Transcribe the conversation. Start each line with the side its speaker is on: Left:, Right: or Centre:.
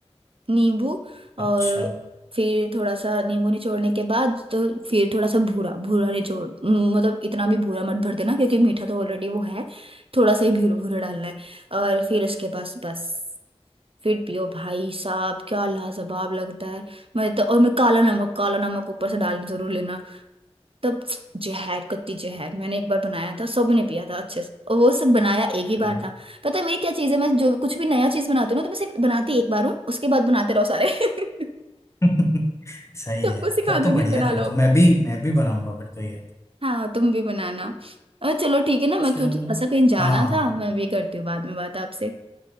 Right: नींबू
Left: अच्छा
Right: और फिर थोड़ा सा नींबू निचोड़ने के बाद तो फिर थोड़ा सा भूरा भूरा निचोड़ म, मतलब इतना भी भूरा मत भर देना क्योंकि मीठा तो ऑलरेडी वो है थोड़ा सा ही भूरा भूरा डालना है और फिर उसके पास बस फिर पियो भाई साहब क्या लाजवाब लगता है मैं तो और मैं काला नमक काला नमक ऊपर से डाल के जरूर लेना तब जहर कत्ती जहर मैंने एक बार बनाया था सबने पिया था अच्छे से और वो सब बनाया एक ही
Left: चलो
Right: बार था पता है मेरी क्या चीज़ है मैं जो कुछ भी नया चीज़ बनाती हूँ ना तो मैं सिर्फ बनाती एक बार हूँ उसके बाद बनाते रहो सारे <laughs>
Left: <laughs> सही
Right: सबको
Left: है
Right: सिखा
Left: तब तो
Right: दूंगी
Left: बढ़िया
Right: बना
Left: है फिर
Right: लो
Left: तो मैं भी मैं भी बनाऊंगा फिर तो ये
Right: हाँ तुम भी बनाना और चलो ठीक है ना मैं
Left: चलो
Right: तो थोड़ा सा कहीं जाना
Left: हाँ हाँ,
Right: था
Left: हाँ।
Right: मैं भी करती हूँ बाद में बात आपसे